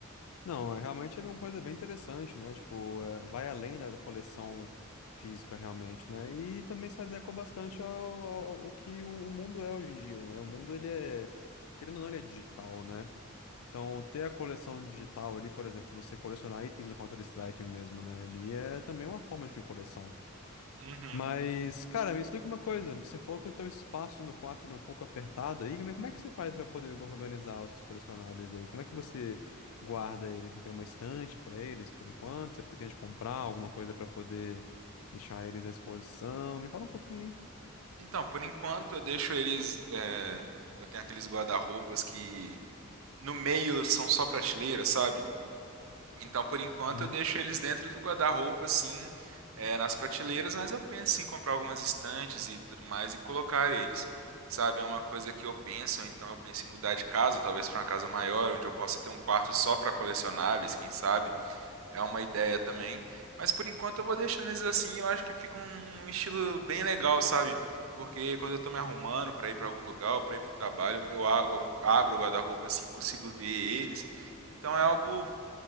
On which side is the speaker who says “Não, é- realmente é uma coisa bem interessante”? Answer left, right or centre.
Left